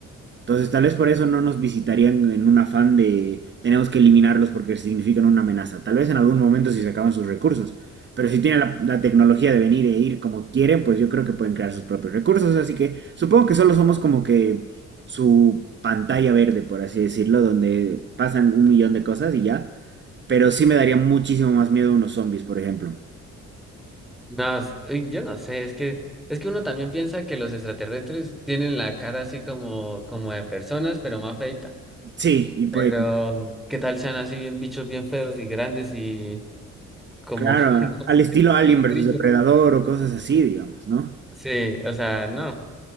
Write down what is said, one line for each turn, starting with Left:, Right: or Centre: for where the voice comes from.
Right: Entonces, tal vez por eso no nos visitarían en un afán de tenemos que eliminarlos porque significan una amenaza. Tal vez en algún momento si se acaban sus recursos. Pero si tienen la, la tecnología de venir e ir como quieren, pues yo creo que pueden crear sus propios recursos. Así que supongo que solo somos como que su pantalla verde, por así decirlo, donde pasan un millón de cosas y ya. Pero sí me daría muchísimo más miedo unos zombies, por ejemplo.
Centre: No, s- uy, yo no sé, es que es que uno también piensa que los extraterrestres tienen la cara así como como de personas, pero más feita.
Right: Sí, y pues,
Centre: Pero ¿qué tal sean así bien bichos bien feos y grandes y como
Right: claro,
Centre: <laughs> no
Right: al
Centre: sé,
Right: estilo Alien
Centre: un
Right: versus
Centre: grillo
Right: Depredador o cosas así, digamos, ¿no?
Centre: Sí, o sea, no.